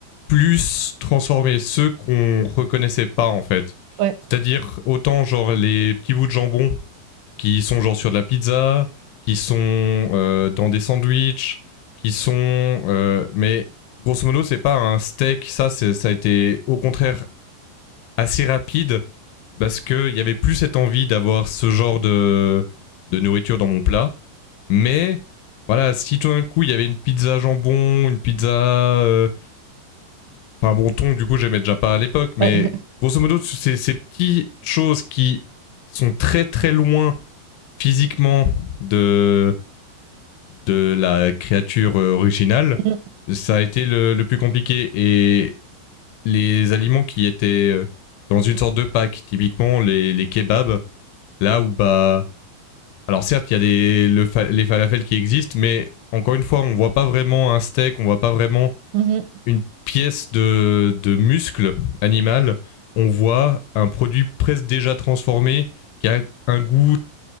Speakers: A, on the left; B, on the right.
A: plus transformer ceux qu'on reconnaissait pas en fait.
B: Ouais,
A: C'est-à-dire autant genre les petits bouts de jambon qui sont genre sur de la pizza, qui sont euh, dans des sandwichs, qui sont euh, mais grosso modo c'est pas un steak, ça c'est ça a été au contraire assez rapide parce que il y avait plus cette envie d'avoir ce genre de de nourriture dans mon plat, mais voilà, si tout d'un coup il y avait une pizza jambon, une pizza euh, Enfin bon, ton, du coup, j'aimais déjà pas à l'époque, mais
B: ouais.
A: grosso modo, c'est ces petites choses qui sont très très loin physiquement de, de la créature euh, originale,
B: <laughs> Mhm,
A: ça a été le, le plus compliqué. Et les aliments qui étaient euh, dans une sorte de pack, typiquement les, les kebabs, là où bah... Alors certes, il y a des, le, les falafels qui existent, mais encore une fois, on voit pas vraiment un steak, on voit pas vraiment
B: mhm,
A: une pièce de, de muscle animal, on voit un produit presque déjà transformé qui a un goût